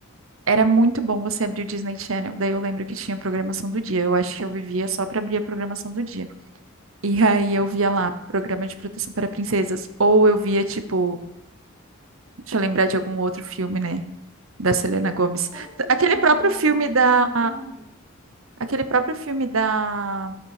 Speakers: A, on the right; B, on the right.
A: era muito bom você abrir o Disney Channel. Daí eu lembro que tinha a programação do dia. Eu acho que eu vivia só pra abrir a programação do dia. E aí eu via lá, Programa de Proteção para Princesas. Ou eu via, tipo, deixa eu lembrar de algum outro filme, né? Da Selena Gomez.
B: Sabe aquele
A: Aquele
B: da,
A: próprio filme
B: da Lana
A: da.
B: Não Tornei?
A: Aquele próprio filme da.